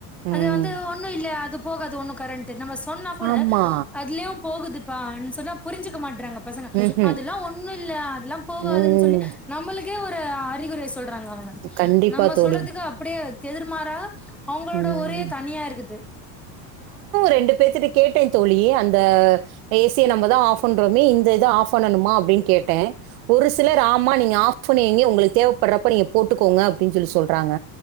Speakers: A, in the centre; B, on the right.
A: அது
B: ம்.
A: வந்து ஒன்னும் இல்லை அது போகாது ஒன்னும் கரண்ட் நம்ம சொன்னா கூட
B: ஆமா.
A: அதுலயும் போகுதுப்பா சொன்னப்புரிஞ்சுக்க மாட்டறாங்க பசங்க
B: ம்ஹூம்
A: அதெல்லா ஒன்னு இல்லா அதெல்லா போகாதுன்னு
B: ம்
A: சொல்லி நம்மளுக்கே ஒரு அறிகுரை சொல்றாங்க அவுங்க
B: கண்டிப்பா
A: நம்ம
B: தோழி.
A: சொல்றதுக்கு அப்படியே எதிர்மாறா அவுங்களோட
B: ம்
A: ஒரே தனியா இருக்குது
B: ரெண்டு பேத்தட்டுக் கேட்டேன் தோழி அந்த ஏசிய நம்ம தான் ஆப் பண்றோமே இந்த இதை ஆப் பண்ணணுமா அப்படின்னு கேட்டேன் ஒரு சிலர் ஆமா நீங்க ஆப் பண்ணி வைங்க உங்களுக்கு தேவைப்படுறப்ப நீங்க போட்டுக்கோங்க அப்படின்னு சொலி சொல்றாங்க